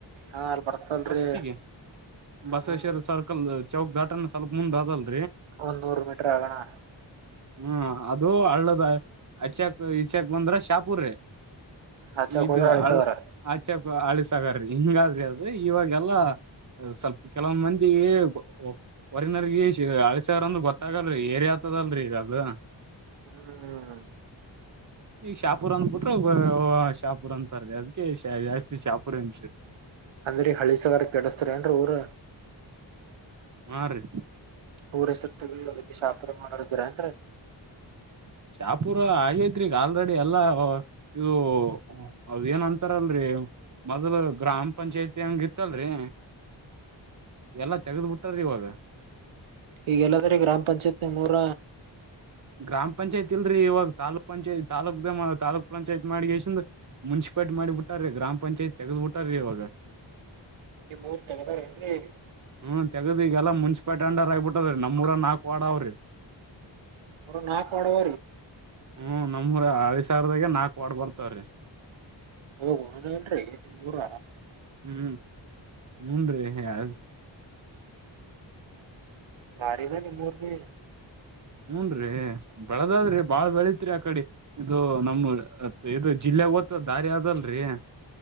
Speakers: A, on the right; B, on the right.
A: ಹಾ
B: -
A: ಅಲ್ ಬರ್ತಲ್ರಿ
B: ಫಸ್ಟ್ಗೆ
A: ಹ್ಮ್
B: ಬಸವೇಶ್ವರ
A: ಹ್ಮ್
B: ಸರ್ಕಲ್ದ ಚೌಕ್ ದಾಟಾನ ಸ್ವಲ್ಪ ಮುಂದ ಆದಲ್-
A: ಒಂದ್ ನೂರು ಮೀಟರ್ ಆಗಾಣ -
B: ಹ್ಮ್ ಅದು ಹಳ್ಳದ ಅಚ್ಚಕ್ ಇಚಕ್ ಬಂದ್ರ ಶಾಪುರ್ರೀ-
A: ಹಚ್ಚಕ್
B: ಇದು
A: ಹೋದ್ರ ಹಳಸಗಾರ
B: ಹಳ್ಳ ಆಚೆ ಹಳಿ ಸಾಗರರಿ ಹಿಂಗಾದ್ರಿ ಅದ್ರ ಇವಾಗೆಲ್ಲಾ ಸ್ವಲ್ಪ ಕೆಲವಂದ್ ಮಂದಿಗೆ ಹೊರಿನರ್ಗ ಹಳಿ ಸಾಗರ ಅಂದ್ರ ಗೊತ್ತಾಗಲ್ರಿ ಏರಿಯಾ ತದಲ್ರರಿ ಈಗ ಅದ -
A: ಹ್ಮ್
B: ಈಗ ಶಾಪೂರ್ ಅಂದ ಬಿಟ್ರರ ಶಾಪುರ್ ಅಂತಾರಿ ಅದಕ್ಕೆ ಜಾಸ್ತಿ ಶಾಪುರ್ ಅನ್ರಿ.
A: ಅಂದ್ರ ಹಳಿ ಸಾಗರ ಕೆಡಸ್ತಾರ ಏನ್ರಿ ಊರ -
B: ಹಾ ರೀ.
A: ಊರ ಹೆಸರು ತೆಗೆದ ಶಾಪುರ್ ಮಾಡೋರ ಇದ್ರ ಏನ್ರಿ.
B: ಶಾಪೂರ ಆಗೇತ್ರಿೀಗ ಆಲ್ರೆಡಿ ಎಲ್ಲಾ ಇದು ಅವ ಏನ್ ಅಂತಾರಲ್ರರಿ ಮೊದ್ಲು ಗ್ರಾಮ ಪಂಚಾಯತಿ ಹೆಂಗಿತ್ತಲ್ರಿ ಎಲ್ಲ ತೆಗೆದ್ಬಿಟ್ಟಾರಿ ಇವಾಗ
A: ಈಗೆಲ್ಲದ್ರ ಗ್ರಾಮ ಪಂಚಾಯತ್ ಮೂರ
B: ಗ್ರಾಮ ಪಂಚಾಯತಿ ಇಲ್ರರಿ ಇವಾಗ ತಾಲೂಕ್ ಪಂಚಾಯತ್ ತಾಾಲೂಕ್ ತಾಲೂಕ್ ಪಂಚಾಯತ್ ಮಾಡಿ ಮುನ್ಿಪಲ್ ಿ ಮಾಡಿಬ ಬಿಟ್ಟಾರ್ರೀ ಗ್ರಾಮ ಪಂಚಾಯತ್ ತೆಗೆದ್ ಬಿಟಾರೀ ಇವಾಗ
A: ನೀ್ ಮೂರ್ ತಗದಾರ ಏನ್ೀ
B: ಹ್ಮ ತಗದು ಈಗೆಲ್ಲ ಮುನ್ಸಿಪಾಲ್ ಟಂಡರ್ ಆಗಿಬಿಟ್ಟದ್ರೀ ನಮ್ಮೂರ ನಾಕು ವಾಡ ಅವ್ರಿ
A: ನಾಕು ಅಡವ
B: ಹ್ಮ ನಮ್ಮ್ೂರ ಹಳಿ ಸಾವಿರದಾಗೆ ನಾಲ್ಕು ವಾರ್ಡ್ ಬರ್ತವ್ರೀ
A: ಹಣನ ಇಲ್ರರಿ ಊರ
B: ಹ್ಮ್ ಹೂಞನ್ ರೀ ಯಾವ್ದ
A: ಬಾರಿಗ ನೀ ಮೂರ್ ಭ
B: ಹೂನ್್ರೀ ಬೆಳದದ್ರಿ
A: ಹ್ಮ್
B: ಬಾಳ್ ಬೆಳತ್ರಿ ಆ ಕಡೆ ಇದು ನಮತ್ ಇದು ಜಿಲ್ಲೆ ೋತ ದಾರಿ ಆದಲ್ರಿ